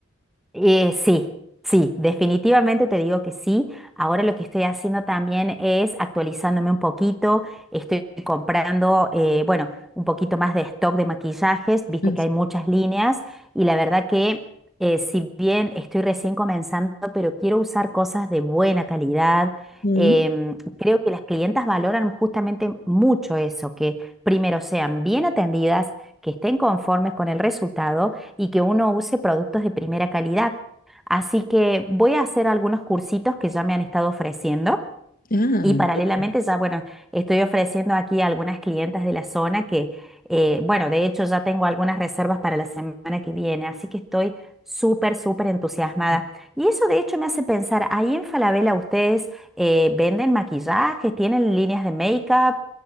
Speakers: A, in the centre; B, on the left.
A: Eh, sí, sí, definitivamente te digo que sí. Ahora lo que estoy haciendo también es actualizándome un poquito. Estoy comprando, eh, bueno, un poquito más de stock de maquillajes. Viste
B: Ah,
A: que
B: sí.
A: hay muchas líneas y la verdad que eh, si bien estoy recién comenzando, pero quiero usar cosas de buena calidad.
B: Mm,
A: em, creo que las clientas valoran justamente mucho eso, que primero sean bien atendidas, que estén conformes con el resultado y que uno use productos de primera calidad. Así que voy a hacer algunos cursitos que ya me han estado ofreciendo
B: ah,
A: y paralelamente ya, bueno, estoy ofreciendo aquí a algunas clientas de la zona que, eh, bueno, de hecho ya tengo algunas reservas para la semana que viene, así que estoy súper, súper entusiasmada.
B: ya.
A: Y eso de hecho me hace pensar, ahí en Falabella ustedes eh, venden maquillajes, tienen líneas de make-up.